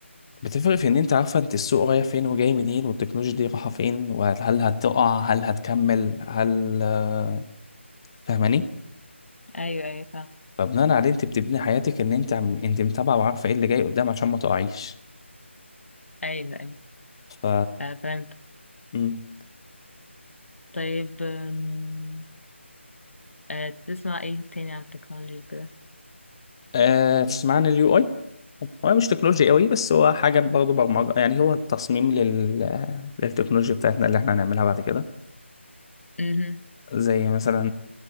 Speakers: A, on the left; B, on the left.
A: بتفرق في إن أنت عارفة أنت السوق رايح فين وجاي منين والتكنولوجيا دي رايحة فين وهل هتقع هل هتكمل هل آه، فاهماني
B: ايوه ايوه فاهم
A: فبناء عليه أنت بتبني حياتك إن أنت عم- أنت متابعة وعارفة إيه اللي جاي قدام عشان ما تقعيش
B: ايوه ايوه
A: ف
B: آه فهمت
A: مم.
B: طيب آم، آه تسمع ايه تاني عن التكنولوجي كده
A: أه تسمع عن اليو اي هو مش تكنولوجيا قوي بس هو حاجة برضه برمجة يعني هو التصميم لل... للتكنولوجيا بتاعتنا اللي احنا هنعملها بعد كده
B: امم
A: زي مثلا